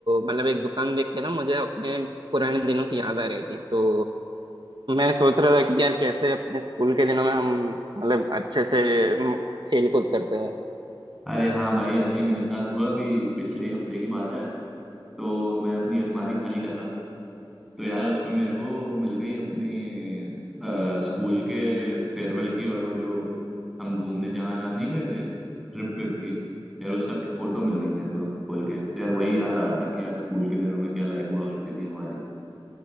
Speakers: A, on the right (about 55°); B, in the centre.
A: मतलब एक दुकान देख के ना मुझे अपने पुराने दिनों की याद आ रही थी तो मैं सोच रहा था कि यार कैसे अपने स्कूल के दिनों में हम मतलब अच्छे से म, खेल कूद करते हैं
B: अरे हाँ भाई ऐसे ही मेरे साथ हुआ अभी पिछले ही हफ्ते की बात है तो मैं अपनी अलमारी खाली कर रहा था तो यार उसमें मेरे को मिल गई अपनी अ, स्कूल के फेयरवेल की और वो जो हम घूमने जहाँ ना नहीं गए थे ट्रिप विप की यार उस सब की फोटो मिल गई मेरे को खोल के तो यार वही याद आ रहा था कि यार स्कूल के दिनों में क्या लाइफ हुआ करती थी हमारी